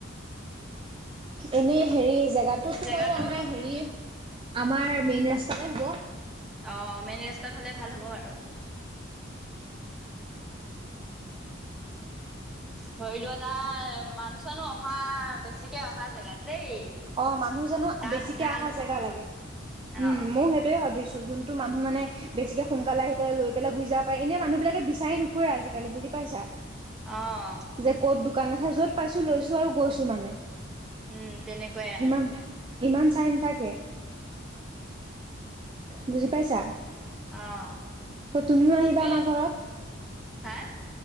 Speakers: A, on the right (about 25°); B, in the centre.
A: এনেই হেৰি জেগাটোতো
B: জেগাটো
A: বাৰু আমাৰ হেৰি আমাৰ মেইন ৰাস্তাতে হ'ব?
B: অ, মেইন ৰাস্তাত হ'লে ভাল হ'ব বাৰু। ধৰি লোৱা তাৰ মানুহ চানোহ অহা বেছিকে অহা জেগাত। দেই।
A: অ, মানুহ চানোহ
B: তাত
A: বেছিকে
B: ভাল
A: আহা
B: হ'ব
A: জেগা
B: মানে
A: লাগে উম,
B: অ
A: মওঁ সেইটোয়ে ভাবিছো। যোনটো মানুহ মানে বেছিকে সোনকাল আহি পেলাই লৈ পেলাই গুচি যাব পাৰে এনে মানুহ বিলাকে বিচাৰি নুফুৰে আজিকালি বুজি পাইছা?
B: অ',
A: যে ক'ত দোকান এঠাই য'ত পাইছো লৈছো আৰু গৈছো মানে।
B: উম, তেনেকুৱাই আৰু।
A: ইমান ইমান চাই নাথাকে বুজি পাইছা?
B: অ',
A: অ', তুমিও
B: সেইটোৱে
A: আহিবা আমাৰ ঘৰত
B: হা